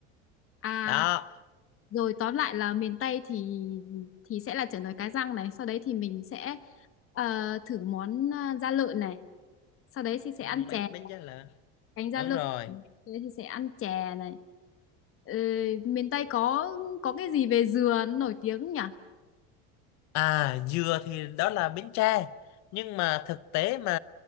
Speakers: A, on the left; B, on the left.
A: À,
B: đó
A: rồi tóm lại là miền Tây thì thì sẽ là chả nồi cá răng này, sau đấy thì mình sẽ ờ, thử món ờ, da lợn này, sau đấy thì sẽ
B: Ừ,
A: ăn Ừ.
B: bánh
A: chè,
B: bánh giá lợn
A: cánh da
B: đúng
A: lợn,
B: rồi
A: sau đấy thì sẽ ăn chè này. Ờ, miền Tây có có cái gì về dừa nổi tiếng nhỉ?
B: À, dừa thì đó là Bến Tre. Nhưng mà thực tế mà